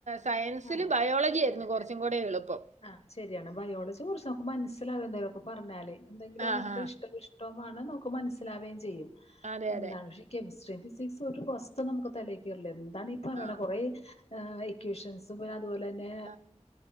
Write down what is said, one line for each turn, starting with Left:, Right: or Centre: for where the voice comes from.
Right: സയൻസില്
Left: ആഹ്
Right: ബയോളജി
Left: ശരിയാണ്
Right: ആയിരുന്നു കുറച്ചും കൂടെ എളുപ്പം
Left: ആഹ് ശരിയാണ് ബയോളജി കൊറച്ചൊക്കെ മനസ്സിലാവേ എന്തേലൊക്കെ പറഞ്ഞാല് എന്തെങ്കിലോ
Right: ആഹ്
Left: നമുക്ക്
Right: ആഹ്
Left: ഇഷ്ടഷ് ട്ടവുമാണം നമുക്ക് മനസ്സിലാവയു ചെയ്യും
Right: അതെ
Left: എന്താക്ഷി
Right: അതെ
Left: കെമിസ്ട്രിയു ഫിസിക്സു ഒരു വസ്തു നമുക്ക് തലേക്കറില്ല എന്താണ് ഈ പറണ
Right: ആഹ്
Left: കുറേ ഇക്യോഷൻസ് ത് അതുപോലെ തന്നെ
Right: ആഹ്